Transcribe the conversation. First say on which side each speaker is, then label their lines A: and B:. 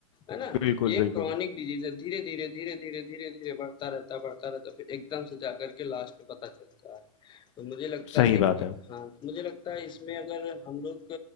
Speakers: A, on the left; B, on the left.
A: है ना?
B: बिल्कुल
A: ये
B: बिल्कुल
A: क्रॉनिक डिजीज़ है धीरे-धीरे, धीरे-धीरे, धीरे-धीरे बढ़ता रहता है, बढ़ता रहता है फिर एकदम से जाकर के लास्ट में पता चलता है। तो मुझे लगता
B: सही
A: है
B: बात
A: कि
B: है
A: हाँ, तो मुझे लगता है इसमें अगर हम लोग